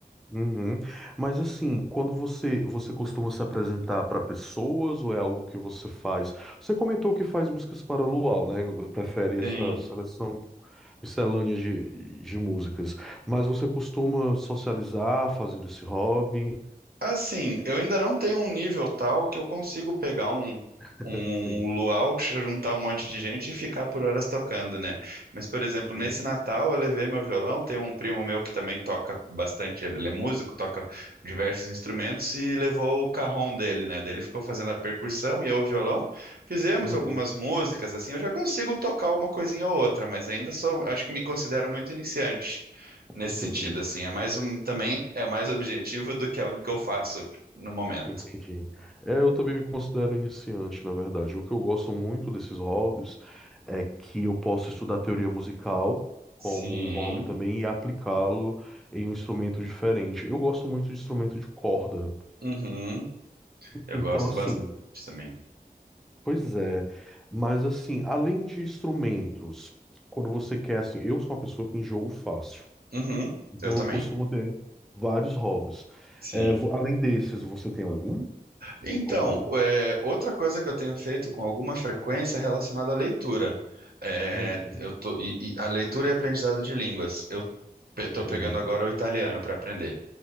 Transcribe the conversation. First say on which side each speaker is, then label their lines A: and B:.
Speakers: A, in the centre; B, on the right.
A: Uhum. Mas assim, quando você você costuma se apresentar para pessoas ou é algo que você faz? Você comentou que faz músicas para luau, né? Prefere
B: Sim.
A: essa seleção miscelânea de, de músicas. Mas você costuma socializar fazendo esse hobby?
B: Assim, eu ainda não tenho um nível tal que eu consigo pegar um,
A: <laughs>
B: um
A: Sim.
B: luau, juntar um monte de gente e ficar por horas tocando, né? Mas, por exemplo,
A: Uhum.
B: nesse Natal eu levei meu violão, tem um primo meu que também toca bastante, ele é músico, toca diversos instrumentos e levou o cajón dele, né? Daí ele ficou fazendo a percussão e eu o violão. Fizemos
A: Uhum.
B: algumas músicas, assim, eu já consigo tocar uma coisinha ou outra, mas ainda sou, acho que me considero muito iniciante nesse
A: Entendi.
B: sentido, assim. É mais um, também é mais objetivo do que algo que eu faço no momento.
A: Entendi. É, eu também me considero iniciante, na verdade. O que eu gosto muito desses hobbies é que eu posso estudar teoria musical como
B: Sim.
A: um hobby também e aplicá-lo em um instrumento diferente. Eu gosto muito de instrumento de corda.
B: Uhum. Eu
A: Então,
B: gosto
A: assim,
B: bastante também.
A: pois é. Mas, assim, além de instrumentos, quando você quer, assim, eu sou uma pessoa que enjoo fácil.
B: Uhum.
A: Então,
B: Eu também.
A: eu costumo ter vários hobbies.
B: Sim.
A: É, vo- além desses, você tem algum?
B: Então,
A: Algum outro?
B: é, outra coisa que eu tenho feito com alguma frequência é relacionada à leitura. É,
A: Uhum.
B: eu tô, e, e a leitura e aprendizado de línguas. Eu estou
A: Uhum.
B: pegando agora o italiano para aprender.